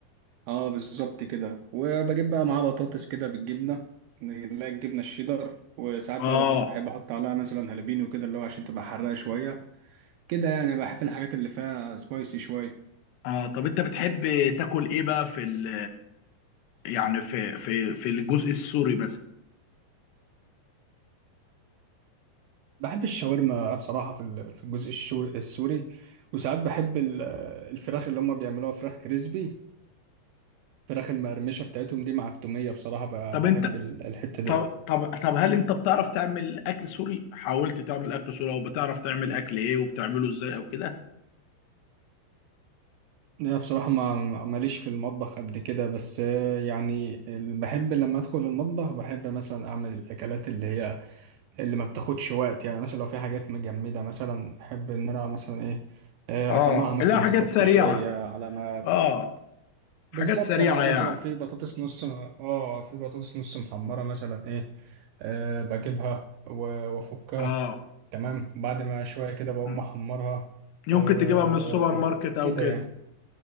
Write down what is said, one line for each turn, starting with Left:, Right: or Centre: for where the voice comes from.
Right: اه بالظبط كده وبجيب بقى معاه بطاطس كده بالجبنه اللي هي الجبنه الشيدر وساعات
Left: اه
Right: بقى بحط بحب احط عليها مثلا هالبينو كده اللي هو عشان تبقى حراقه شويه كده يعني بحب الحاجات اللي فيها سبايسي شويه
Left: اه طب انت بتحب تاكل ايه بقى في ال يعني في في في الجزء السوري مثلا
Right: بحب الشاورما بصراحة في ال- في الجزء الشو- السوري وساعات بحب ال- الفراخ اللي هم بيعملوها فراخ كريسبي الفراخ المقرمشة بتاعتهم دي مع التومية بصراحة ب-
Left: طب
Right: بحب
Left: انت
Right: ال- الحتة دي
Left: طب طب طب هل انت بتعرف تعمل اكل سوري حاولت تعمل اكل سوري او بتعرف تعمل اكل ايه وبتعمله ازاي او كده
Right: لا بصراحة ما ماليش في المطبخ قد كده بس آه، يعني ال- بحب لما أدخل المطبخ بحب مثلا أعمل الأكلات اللي هي اللي ما بتاخدش وقت يعني مثلا لو في حاجات مجمدة مثلا أحب إن أنا مثلا إيه آه،
Left: اه
Right: أطلعها مثلا
Left: لا حاجات
Right: تفك
Left: سريعة
Right: شوية على ما
Left: اه حاجات
Right: بالظبط
Left: سريعة
Right: يعني لو
Left: يعني
Right: مثلا في بطاطس نص آه في بطاطس نص محمرة مثلا إيه آه، بجيبها و- وأفكها
Left: اه
Right: تمام بعد ما شوية كده بقوم
Left: مم.
Right: أحمرها
Left: يمكن
Right: آه،
Left: تجيبها من السوبر ماركت او
Right: كده
Left: كده
Right: يعني